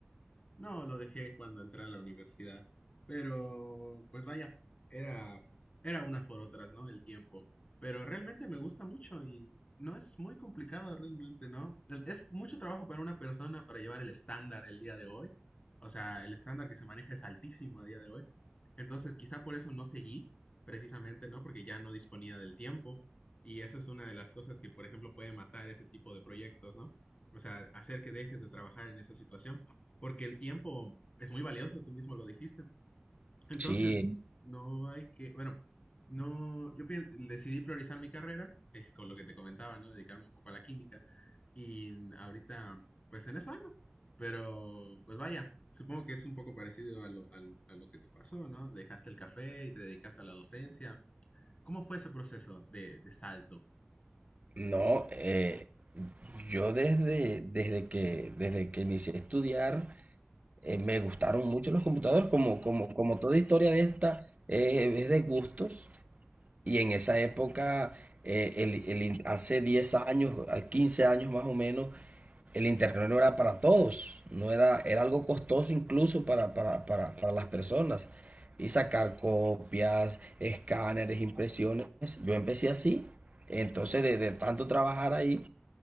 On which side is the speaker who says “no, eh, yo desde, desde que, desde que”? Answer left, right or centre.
Right